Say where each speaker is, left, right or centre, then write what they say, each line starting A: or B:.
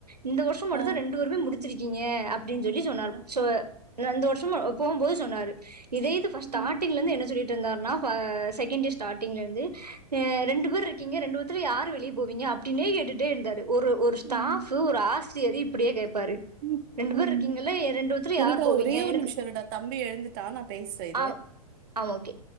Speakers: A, on the right; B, on the right.
A: இந்த வருஷொ மட்டுந்தா
B: ஆ
A: ரெண்டு பேருமே முடிச்சிருக்கீங்க அப்டின் சொல்லி சொன்னாரு
B: ஆ
A: சோ
B: ஆ
A: இந்த வருஷமு போகும்போது சொன்னாரு இதே இது ஸ்டாட்டிங்ல
B: ம்
A: இருந்து என்ன சொல்லிட்டு இருந்தாருனா செகண்ட் இயர் ஸ்டாட்டிங்ல இருந்து ஆ ரெண்டு பேரு இருக்கீங்க ரெண்டு பேத்துல யார் வெளிய போவீங்க அப்டினே கேட்டுட்டே இருந்தாரு ஒரு ஒரு
B: ம்
A: ஸ்டாஃபு ஒரு ஆசிரியரு இப்டியா கேப்பாரு
B: ம்
A: ரெண்டு பேரு
B: ம்
A: இருக்கீங்கல ரெண்டு பேத்துல
B: இருடா
A: யார் போவீங்க
B: ஒரே ஒரு
A: எனக்கு..
B: நிமிஷோ இருடா தம்பி எழுந்துட்டா நா பேசுறே இரு
A: ஆ ஆ ஓகே